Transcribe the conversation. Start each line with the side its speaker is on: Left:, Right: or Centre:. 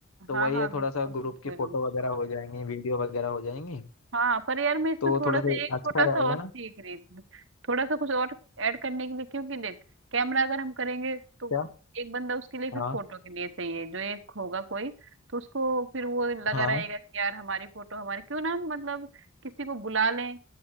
Left: तो
Right: हाँ
Left: वही
Right: हाँ
Left: है थोड़ा
Right: बिल्कुल
Left: सा ग्रुप
Right: बिल्कुल
Left: की फोटो वगैरह हो जाएंगी वीडियो वगैरह हो जाएंगी
Right: हाँ पर यार मैं इसमें
Left: तो
Right: थोड़ा
Left: थोड़ा
Right: सा
Left: सा
Right: एक
Left: अच्छा
Right: छोटा सा
Left: रहेगा
Right: और सीख
Left: ना
Right: रही थी। थोड़ा सा कुछ और ऐड करने के लिए क्योंकि देख कैमरा अगर हम करेंगे तो
Left: क्या
Right: एक बंदा उसके लिए फिर
Left: हाँ
Right: फोटो के लिए चाहिए जो एक होगा कोई तो उसको फिर वो लगा
Left: हाँ
Right: रहेगा कि यार हमारी फोटो हमारे क्यों ना हम मतलब किसी को बुला लें